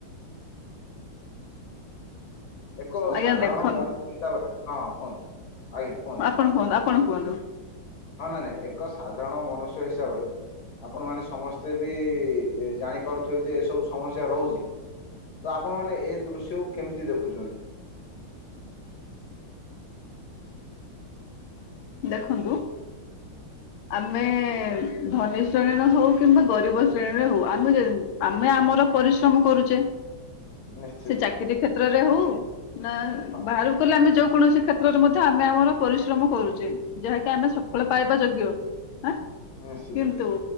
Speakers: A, on the left; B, on the left.
A: ଏକ
B: ଆଜ୍ଞା
A: ସାଧାରଣ
B: ଦେଖନ୍ତୁ
A: ମଣିଷ ହିସାବରେ ହଁ କୁହନ୍ତୁ ଆଜ୍ଞା କୁହନ୍ତୁ।
B: ଆପଣ କୁହନ୍ତୁ ଆପଣ କୁହନ୍ତୁ?
A: ହଁ ନା ନାଇଁ ଏକ ସାଧାରଣ ମନୁଷ୍ୟ ହିସାବରେ ଆପଣ ମାନ ସମସ୍ତେ ବି ଜାଣିପାରୁଥିବେ ଯେ ଏସବୁ ସମସ୍ୟା ରହୁଛି ତ ଆପଣମାନୋନେ ଏ ଦୃଶ୍ୟକୁ କେମିତି ଦେଖୁଛନ୍ତି?
B: ଦେଖନ୍ତୁ ଆମେ ଏ ଏ - ଧନୀର୍ ଶ୍ରେଣୀର ହଉ କିମ୍ବା ଗରିବ ଶ୍ରେଣୀର ହଉ ଆମେ ଯେ ଆମେ ଆମର ପରିଶ୍ରମ କରୁଚେ
A: ନିଶ୍ଚିତ
B: ସେ ଚାକିରୀ କ୍ଷେତ୍ରରେ ହଉ ନା
A: ହଁ
B: ବାହାରୁକୁ ଗଲେ ଆମେ ଯୋଉ କୌଣସି କ୍ଷେତ୍ରରେ ମଧ୍ୟ ଆମେ ଆମର ପରିଶ୍ରମ କରୁଚେ। ଯାହାକି ଆମେ ସଫଳ
A: ହୁଁ ହୁଁ
B: ପାଇବା ଯୋଗ୍ୟ ଆଁ
A: ନିଶ୍ଚିତ
B: କିନ୍ତୁ
A: ହୁଁ